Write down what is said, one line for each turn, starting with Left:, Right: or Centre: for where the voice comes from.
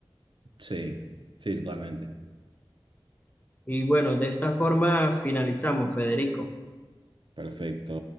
Right: Sí, sí, totalmente.
Left: Y bueno, de esta forma finalizamos, Federico.
Right: Perfecto.